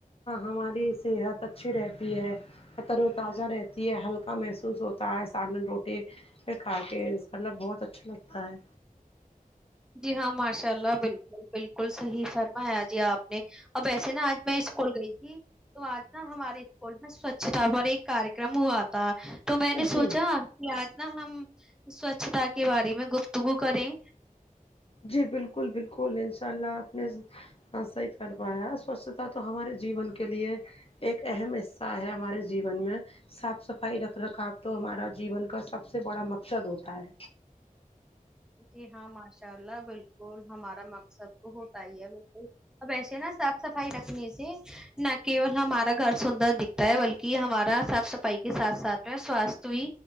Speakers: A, on the left; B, in the centre.
A: ہماری صحت اچھی رہتی ہے طر و تازہ رہتی ہے ہلکا محسوس ہوتا ہے سالن روٹی کہا کہ کے مطلب بہت اچھا لگتا ہے
B: جی ہاں ماشاء اللہ بالکل بالکل صحیح فرمایا جی آپ نے اب ایسے نا آج میں اسکول گئی تھی تو آج نا ہمارے اسکول میں سوچھتا پر ایک کارکرم ہوا تھا تو میں نے
A: جی
B: سوچا کہ آج نا ہم سوچھتا کے بارے میں گفتگو کریں
A: جی بالکل بالکل انشاء اللہ اپ نے ہا ساہی فرمایا سوچھتا تو ہمارے جیون کے لیے ایک اہم حصہ ہے ہمارے جیون میں صاف صفائی رکھ رکھاؤ تو ہمارا جیون کا سب سے بڑا مقصد ہوتا ہے
B: جی ہاں ماشاء اللہ بالکل ہمارا مقصد تو ہوتا ہی ہے بالکل اب ایسے نا صاف صفائی رکھنے سے نہ کیول ہمارا گھر سندر دکھتا ہے بلکہ ہمارا صاف صفائی کے ساتھ ساتھ میں سواستھ بھی